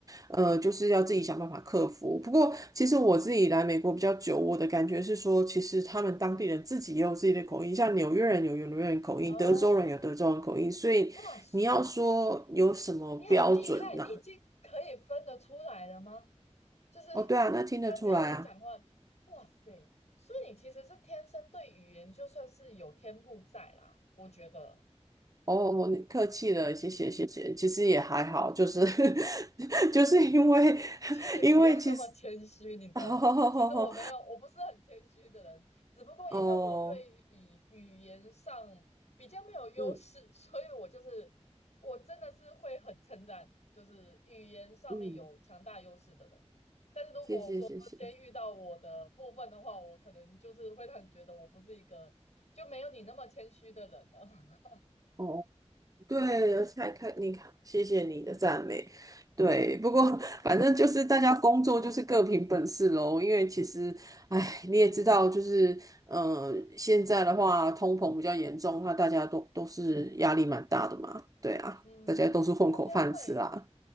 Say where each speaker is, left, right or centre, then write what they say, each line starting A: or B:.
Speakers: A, on the right; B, on the left.
A: 呃，就是要自己想办法克服。不过，其实我自己来美国比较久，我的感觉是说，其实他们当地人自己也有自己的口音，像纽约人有纽约人口音，
B: 哦，
A: 德州人有德州人口音，所以你要说有什么标准呢、
B: 哇塞，你好厉害！你已经可以分得出来了吗？就是他只要能讲话，
A: 哦，对啊，那听得出来啊。
B: 哇塞！所以你其实是天生对语言就算是有天赋在啦，我觉得。
A: 哦，我客气了，谢谢谢谢。其实也还好，就是 <laughs> 就是因为
B: 对。请你不要那么谦虚，
A: <laughs> 因为其实
B: 你知道吗？
A: <laughs> 哦
B: 其实我没有，我不是很谦虚的人，只不过因为我对于语语言上比较没有优势，
A: 哦嗯
B: 所以我就是我真的是会很称赞，就是语言上面有强大优势的人。
A: 嗯，
B: 但是如果说今天遇到我的部分的话，
A: 谢谢谢谢。
B: 我可能就是会让你觉得我不是一个就没有你那么谦虚的人了。<laughs>
A: 哦，对，才看你看，谢谢你的赞美。对，不过反正就是大家工作就是各凭本事喽。因为其实，哎，你也知道，就是嗯现在的话通膨比较严重，那大家都都是压力蛮大的嘛。
B: 嗯
A: 对啊，
B: 嗯嗯，
A: 大家都是混口饭吃啦。
B: 会，